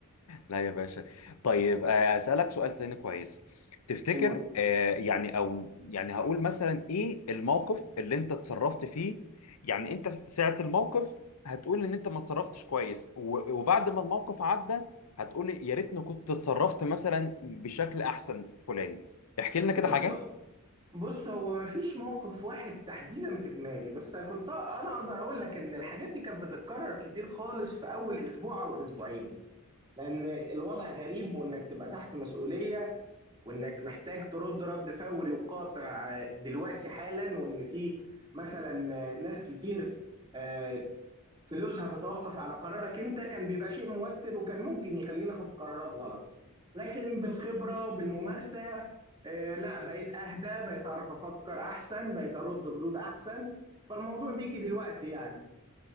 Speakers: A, on the left (about 80°); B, on the right (about 25°).
A: لا يا باشا طيب آه، أسألك سؤال تاني كويس تفتكر
B: قول
A: آه، يعني أو يعني هقول مثلا إيه الموقف اللي أنت اتصرفت فيه يعني أنت في ساعة الموقف هتقول إن أنت ما اتصرفتش كويس و- وبعد ما الموقف عدى هتقول يا ريتني كنت اتصرفت مثلا بشكل أحسن فلان احكي لنا كده
B: بص
A: حاجة
B: بص هو مفيش موقف واحد تحديدا في دماغي بس كنت انا اقدر اقول لك ان الحاجات دي كانت بتتكرر كتير خالص في اول اسبوع او اسبوعين لان الوضع غريب وانك تبقى تحت مسؤوليه وانك محتاج ترد رد فوري وقاطع دلوقتي حالا وان في مثلا ناس كتير آه، فلوسها تتوقف على قرارك انت كان بيبقى شيء موتر وكان ممكن يخليني اخد قرارات غلط لكن بالخبره وبالممارسه آه، لا بقيت اهدى بقيت اعرف افكر احسن بقيت ارد ردود احسن فالموضوع بيجي بالوقت يعني